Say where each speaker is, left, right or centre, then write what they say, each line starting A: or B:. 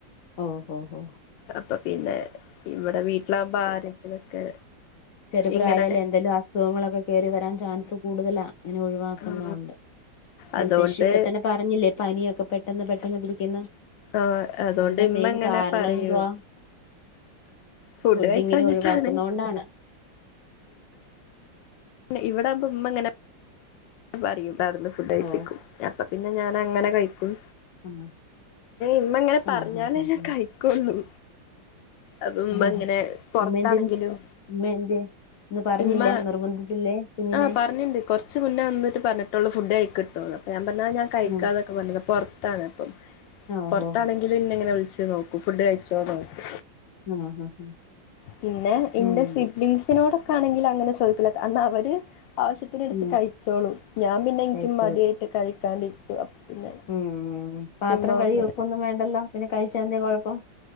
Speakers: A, on the left; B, on the left.
A: ഓ ഓ ഓ
B: അപ്പൊ പിന്നെ ഇവിടെ വീട്ടിലാകുമ്പ ആരെങ്കിലൊക്കെ
A: ചെറുപ്രായാലേ
B: ഇങ്ങനെ
A: എന്തെങ്കിലും അസുഖങ്ങളൊക്കെ കയറി വരാൻ ചാൻസ് കൂടുതലാ അങ്ങനെ ഒഴിവാക്കുന്നണ്ട്
B: ആ അതുകൊണ്ട്
A: ഹെൽത്ത് ഇഷ്യൂ ഇപ്പ തന്നെ പറഞ്ഞില്ലേ പനിയൊക്കെ പെട്ടെന്ന് പെട്ടെന്ന് കുടിക്കന്ന്
B: ആ അതുകൊണ്ട്
A: അതിന്റെ
B: ഇമ്മ
A: മെയിൻ
B: ഇങ്ങനെ
A: കാരണം
B: പറയും
A: എന്തുവാ
B: ഫുഡ്
A: ഫുഡ്ഡിങ്ങിനെ
B: കഴിക്കാഞ്ഞിട്ടാണ്
A: ഒഴിവാക്കുന്ന കൊണ്ടാണ്
B: പി ഇവിട ആവുമ്പോ ഇമ്മ ഇങ്ങനെ പറയും അടുന്ന് ഫുഡ് കയപ്പിക്കും
A: ഓ
B: അപ്പൊ പിന്നെ ഞാൻ അങ്ങനെ കഴിക്കും
A: ആഹ്
B: ഇമ്മങ്ങനെ പറഞ്ഞാലേ
A: ആഹ് ആഹ് ആഹ്
B: ഞാൻ കഴിക്കൊള്ളു അപ്പൊ ഇമ്മ
A: ആഹ്
B: ഇങ്ങനെ പുറത്താണെങ്കിലും
A: ഉമ്മ എന്തെ ഉമ്മ എന്തെ ഇന്ന് പറഞ്ഞില്ല
B: ഇമ്മ
A: നിർബന്ധിച്ചില്ലേ കുഞ്ഞിനെ
B: ആഹ പറഞ്ഞിണ്ട് കൊറച്ച് മുന്ന എന്നിട്ട്പറഞ്ഞിട്ടൊള്ളു ഫുഡ് കഴക്ക് കിട്ടോള്ളൂ അപ്പ ഞാൻ കഴിക്കാന്നൊക്കെ
A: ഉം
B: പറഞ്ഞത് പ പുറത്താണ് അപ്പം
A: ഓഹോ
B: പുറത്താണെങ്കിൽ ഇന്ന ഇങ്ങനെ വിളിച്ചത് നോക്കൂ ഫുഡ് കഴിച്ചോ നോക്കൂ
A: ആഹ് ആഹ്
B: പിന്നെ എന്റെ
A: ഉം
B: സിബ്ലിസിനോടൊക്കെ ആണെങ്കിൽ അങ്ങനെ ചോദിക്കാനെങ്കിൽ എന്ന അവര് ആവശ്യത്തിന എടുത്ത്
A: പിന്നെ
B: കഴിച്ചോളൂ ഞാൻ പിന്നെ എനിക്കും
A: കഴിച്ചോ
B: മടിയായിട്ട് കഴിക്കാണ്ടിരിക്ക പിന്നെ
A: ഉം പാത്രം
B: ഇമ്മ വന്ന്
A: കഴി വെക്കൊന്നും വേണ്ടല്ലോ പിന്നെ കഴിച്ച എന്താ കുഴപ്പം